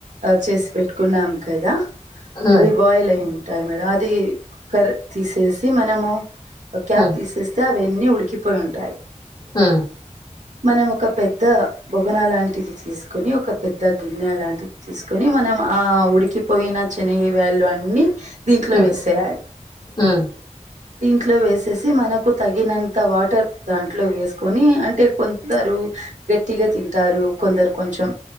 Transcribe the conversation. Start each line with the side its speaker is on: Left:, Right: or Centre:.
Right: చేసి పెట్టుకున్నాం కదా
Left: హ్మ్.
Right: అవి బాయిల్ అయి ఉంటాయి మేడం అది కుక్కర్ తీసేసి మనము ఒక క్యాప్
Left: హ్మ్.
Right: తీసేస్తే అవన్నీ ఉడికిపోయి ఉంటాయి.
Left: ఉ
Right: మనం ఒక పెద్ద బొగన లాంటిది తీసుకొని ఒక పెద్ద గిన్నె లాంటిది తీసుకొని మనం ఆ ఉడికిపోయిన, శనగ వేళు అన్నిీ దీంట్లో
Left: హ్మ్.
Right: వేసేయాలి
Left: హ్మ్.
Right: దీంట్లో వేసేసి మనకు తగినంత వాటర్ దాంట్లో వేసుకొని అంటే కొందరు గ గట్టిగా తింటారు కొందరు కొంచెం